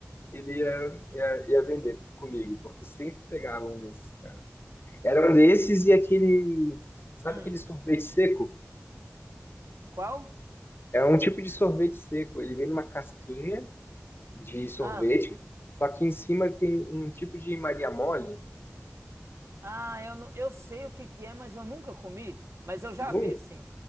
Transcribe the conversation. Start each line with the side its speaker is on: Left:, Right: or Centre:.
Left: ele ia, ia, ia vender comigo, porque sempre pegava um desses, cara. Era um desses e aquele, sabe
Right: Hum,
Left: aquele sorvete seco?
Right: qual?
Left: É um tipo de sorvete seco. Ele vem numa casquinha de sorvete,
Right: Ah,
Left: só que em cima tem um tipo de Maria mole.
Right: ah, eu não, eu sei o que que é, mas eu nunca comi, mas eu já
Left: não
Right: vi, sim.